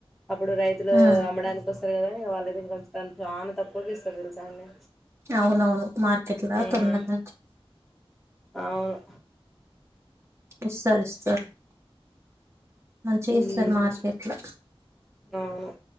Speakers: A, in the centre; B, on the right.
A: అప్పుడు రైతులు
B: ఉ
A: అమ్మడానికి వస్తారు కదా కావాలలేదు ఇంకొంచం త చాలా తక్కువ కి ఇస్తారు తెలుసాన్ని
B: అవునవును మార్కెట్ల
A: మ్మ్
B: తొందరగా
A: అవును
B: ఇస్తర ఇస్తర్ మంచిగ
A: మ్మ్
B: ఇస్తారు మార్కెట్ల
A: అవును